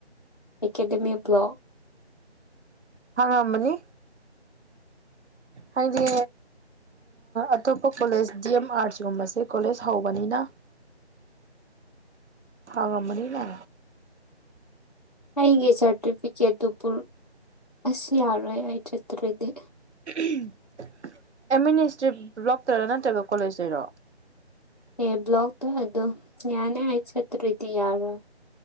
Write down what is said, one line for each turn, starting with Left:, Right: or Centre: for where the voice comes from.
Left: ꯑꯦꯀꯥꯗꯦꯃꯤ ꯕ꯭ꯣꯂꯣꯛ
Right: ꯍꯥꯡꯉꯝꯃꯅꯤ ꯍꯥꯏꯗꯤ ꯑꯇꯣꯞꯄ ꯀꯣꯂꯦꯖ ꯗꯤ ꯑꯦꯝ ꯑꯥꯔꯠꯁꯀꯨꯝꯕꯁꯦ ꯀꯣꯂꯦꯖ ꯍꯧꯕꯅꯤꯅ ꯍꯥꯡꯉꯝꯃꯅꯤꯅꯦ
Left: ꯑꯩꯒꯤ ꯁꯔꯇꯤꯐꯤꯀꯦꯠꯇꯨ ꯄꯨ ꯑꯁ ꯌꯥꯔꯣꯢ ꯑꯩ ꯆꯠꯇ꯭ꯔꯗꯤ
Right: <unintelligible> ꯑꯦꯗꯃꯤꯅꯤꯁꯇ꯭ꯔꯤꯠ ꯕ꯭ꯂꯣꯛꯇꯩꯔꯣ ꯅꯠꯇ꯭ꯔꯒ ꯀꯣꯂꯦꯖ ꯇꯩꯔꯣ
Left: ꯑꯦ ꯕ꯭ꯂꯥꯛ ꯇꯣ ꯑꯗꯣ ꯌꯅꯦ ꯑꯩ ꯆꯠꯇꯔꯗꯤ ꯌꯥꯔꯣ